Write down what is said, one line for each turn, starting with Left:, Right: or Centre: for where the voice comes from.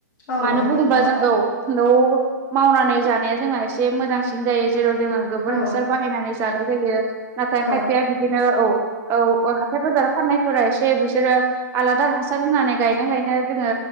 Left: औ
Right: मानो
Left: नंगौ
Right: बुंबा
Left: नोंथां
Right: जों औ न' मावनानै जानाया जोंहा एसे मोजांसिन जायो जेराव जोङो गोबोर
Left: औ
Right: हासार बा बाहायनानै जानाय जायो नाथाय
Left: औ
Right: खायफाया बिदिनो औ औ हाथायफोर बाजार फाननायफोरा एसे बिसोरो आलादा हासार होनानै गायनाय गायनो जोङो